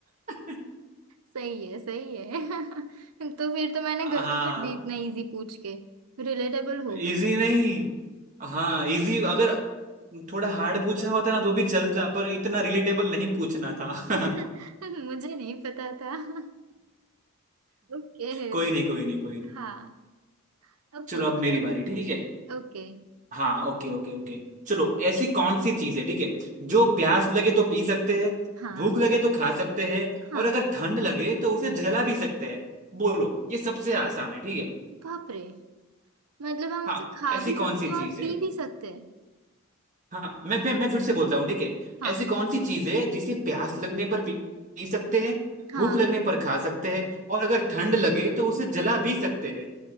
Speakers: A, on the right; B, on the right.
A: <laughs>
B: सही है सही है <laughs> तो फिर तो मैंने
A: हाँ
B: गलती कर दी इतना इजी पूछ के रिलेटेबल हो
A: इजी
B: गई
A: नहीं हाँ इजी अगर थोड़ा हार्ड पूछा होता ना तो भी चलता पर इतना रिलेटेबल नहीं पूछना था
B: <laughs>
A: <laughs>
B: मुझे नहीं पता था <laughs> ओके
A: कोई नहीं कोई नहीं कोई नहीं
B: हाँ अब
A: चलो
B: पूछो
A: अब मेरी
B: तुम
A: बारी ठीक है
B: ओके
A: हाँ ओके ओके ओके चलो ऐसी कौन सी चीज है ठीक है जो प्यास लगे तो पी सकते हैं
B: हाँ
A: भूख लगे तो खा सकते हैं
B: हाँ
A: और अगर ठंड लगे तो उसे जला भी सकते हैं बोलो ये सबसे आसान है ठीक है
B: बाप रे मतलब हम
A: हाँ
B: उसे खा
A: ऐसी
B: भी
A: कौन
B: सकते
A: सी
B: हैं
A: चीज
B: और पी
A: है
B: भी सकते हैं
A: हाँ मैं मैं मैं फिर से बोलता हूँ ठीक है
B: हाँ
A: ऐसी कौन सी चीज है जिसे प्यास लगने पर पी पी सकते हैं
B: हाँ
A: भूख लगने पर खा सकते हैं और अगर
B: हाँ
A: ठंड लगे तो उसे जला भी सकते हैं